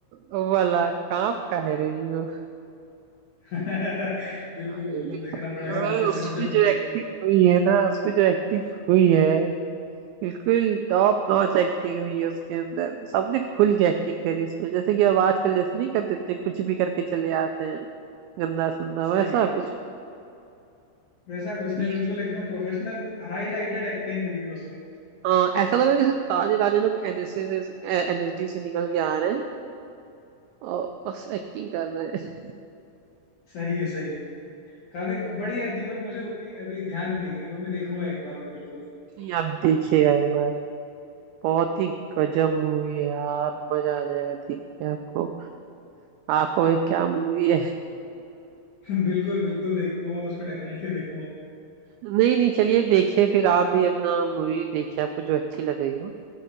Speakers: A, on the right; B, on the left.
A: वो वाला कांप का है रही
B: <laughs> बिल्कुल
A: लिटरली
B: बिल्कुल देखना पड़ेगा वापस
A: उसमें
B: से मुझे मूवी
A: जो एक्टिंग हुई है ना उसमें जो एक्टिंग हुई है बिल्कुल टॉप नॉच एक्टिंग हुई है उसके अंदर सबने खुल के एक्टिंग करी उसमें जैसे कि अब आजकल जैसे नहीं कर देते कुछ भी करके चले आते हैं गंदा संदा
B: सही
A: वैसा
B: है
A: कुछ
B: वैसा कुछ नहीं
A: ये-
B: बिल्कुल एकदम प्रोफेशनल हाईलाइटेड एक्टिंग हुई है उसमें
A: हाँ ऐसा लग रहा है जैसे ताजे ताजे लोग एनएसएस एनएसडी से निकल के आ रहे हैं और बस एक्टिंग कर रहे हैं
B: सही है सही है काफी बढ़िया थी पर मुझे उतनी अभी ध्यान नहीं है वो मैं देखूंगा एक बार और बिल्कुल
A: नहीं आप देखिएगा एक बार बहुत ही गजब मूवी है यार मजा आ जाएगा देख के आपको आंखों में क्या मूवी है
B: <laughs> बिल्कुल बिल्कुल देखूंगा मैं उसको डेफिनेटली देखूंगा
A: नहीं नहीं चलिए देखिए फिर आप भी अपना मूवी देखिए आपको जो अच्छी लग रही हो